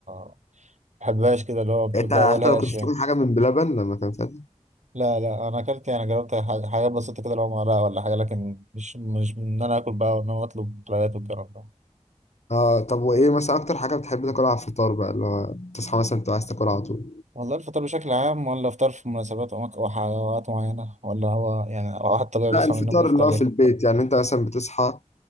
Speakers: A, on the right; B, on the left.
A: ما بحبهاش كده اللي هو بتبقبلهاش
B: يعني انت حتى لو كنت
A: يعني
B: بتاكل حاجه من بلبن لما كان فيها
A: لا لا أنا أكلت يعني جربت ح- حاجات بسيطة كده اللي هو مرقة ولا حاجة لكن مش مش من إن أنا آكل بقى وإن أنا أطلب حلويات والكلام ده
B: اه طب وايه مثلا اكتر حاجه بتحب تاكلها على الفطار بقى اللي هو تصحى مثلا تبقى عايز تاكل على طول
A: والله الفطار بشكل عام ولا فطار في مناسبات أو أماك- أو حلويات معينة ولا هو يعني أو حتى طبيعي
B: لا
A: بيصحى
B: الفطار
A: من النوم بيفطر
B: اللي هو
A: إيه؟
B: في البيت يعني انت مثلا بتصحى